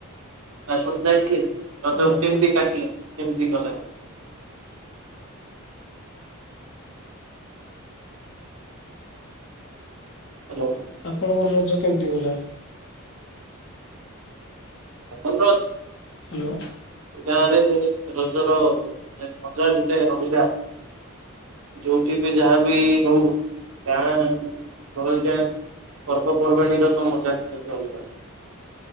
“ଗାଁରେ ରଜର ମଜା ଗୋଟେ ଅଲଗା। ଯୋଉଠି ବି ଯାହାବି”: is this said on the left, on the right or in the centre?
Right